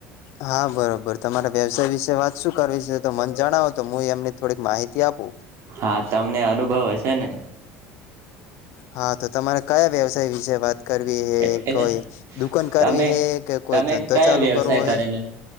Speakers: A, on the left; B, on the right.
A: હા બરોબર તમારે વ્યવસાય વિશે વાત શું કરવી છે. તો મને જણાવો તો હું એમની થોડીક માહિતી આપું.
B: હા તમને અનુભવ હશે ને?
A: હા તો તમારે કયા વ્યવસાય વિશે વાત કરવી હૈ
B: એટલે
A: કોઈ દુકાન કરવી
B: તમે
A: હે કે કોઈ
B: તમે
A: ધંધો
B: કયો
A: ચાલુ
B: વ્યવસાય
A: કરવો હૈ?
B: કરેલો